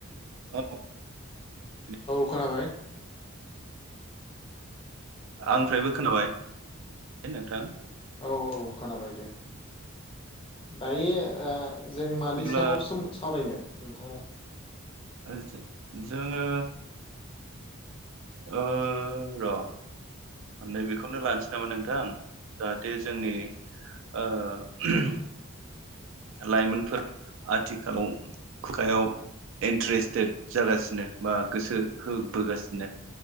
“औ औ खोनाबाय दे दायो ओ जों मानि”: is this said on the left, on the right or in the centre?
Left